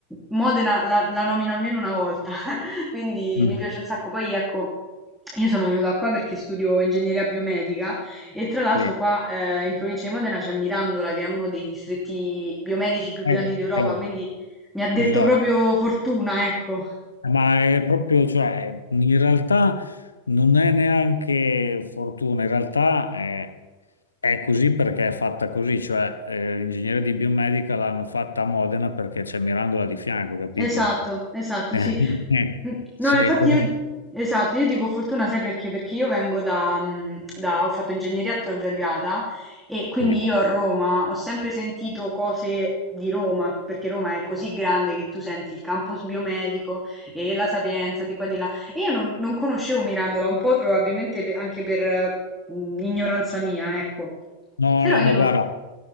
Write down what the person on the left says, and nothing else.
mm,
sì.
Eh,
eh,
esatto.
Ma è proprio, cioè, in realtà non è neanche fortuna, in realtà è, è così perché è fatta così, cioè eh, l'ingegneria di biomedica l'hanno fatta a Modena perché c'è Mirandola di fianco, capito?
<laughs> Eh,
sì,
come...
sì.
No,
no,
ma
guarda,